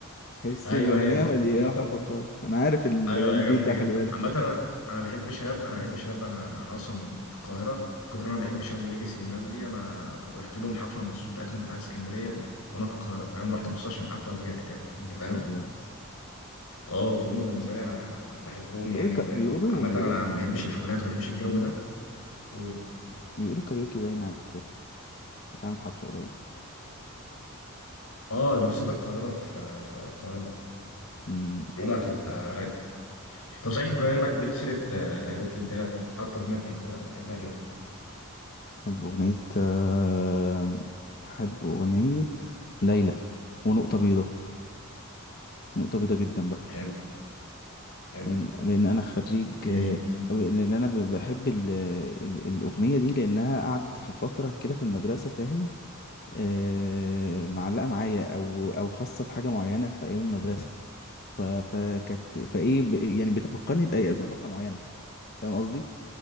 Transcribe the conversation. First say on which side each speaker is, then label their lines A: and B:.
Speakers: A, on the left; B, on the left.
A: حسي
B: ايوه
A: الاغنيه
B: هي دي
A: مليانه
B: عامة
A: حرف القاف انا عارف ال-
B: ايوه
A: البيت
B: هي جامدة
A: ده
B: جدا
A: خلي بالك
B: عامة انا انا بحب شهاب انا بحب شهاب انا انا اصلا في القاهرة في كتر ما انا بحب شهاب وليجاسي والناس دي انا رحت لهم حفلة مخصوص بتاعتهم بتاعت اسكندرية دي وانا في القاهرة فاهم رحت مخصوص عشان الحفلة ورجعت تاني
A: يا نهار
B: انت فاهم
A: ابيض
B: اه فهم بالنسبة لي انا بحبهم
A: بيقولوا
B: يعني
A: ك...
B: ده-
A: بيقولوا
B: عامة
A: بيقول
B: انا ما بحبش الحفلات وما بحبش الجو
A: مم.
B: ده و...
A: بيقولوا كاريوكي باين هت هتعمل حفله قريب
B: اه يبقى في استاد القاهرة في في القاهرة
A: مم.
B: بيقولوا هتبقى رايقة طب صحيح بما انك جبت سيرة آه، كايروكي انت إيه اكتر اغنية بتحبها بتحبها اليوم
A: احب اغنيه آه، احب اغنيه ليلى ونقطه بيضاء نقطه بيضاء جدا بقى
B: حلو حلو
A: لان لأن انا خريج
B: مين
A: آه، لان انا ب- بحب ال... ال- الاغنيه دي لانها قعدت في فتره كده في المدرسه فاهم آه، معلقة معايا او او خاصة بحاجة معينة في ايام المدرسة ف فكانت فايه ب... يعني بتفكرني بأي... بفترة معينة فاهم قصدي